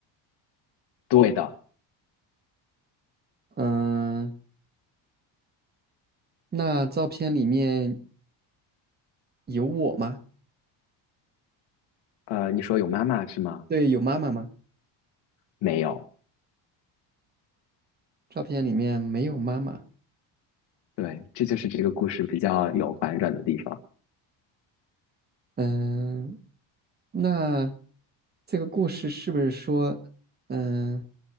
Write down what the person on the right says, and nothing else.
嗯，那照片里面有我吗？
对，有妈妈吗？
照片里面没有妈妈。
嗯，那这个故事是不是说，嗯，